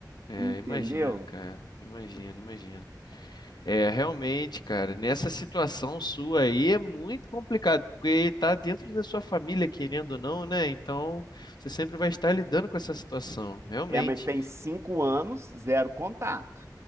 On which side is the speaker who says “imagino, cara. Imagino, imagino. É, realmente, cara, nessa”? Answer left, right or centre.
Left